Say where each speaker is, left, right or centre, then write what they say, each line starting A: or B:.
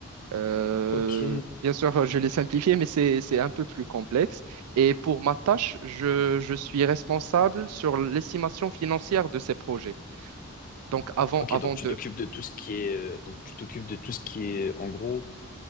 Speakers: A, on the right; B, on the left.
A: Euh,
B: Ok.
A: bien sûr, je l'ai simplifié, mais c'est, c'est un peu plus complexe. Et pour ma tâche, je, je suis responsable sur l'estimation financière de ces projets. Donc, avant,
B: Ok,
A: avant
B: donc tu
A: de,
B: t'occupes de tout ce qui est... euh, Donc tu t'occupes de tout ce qui est... En gros,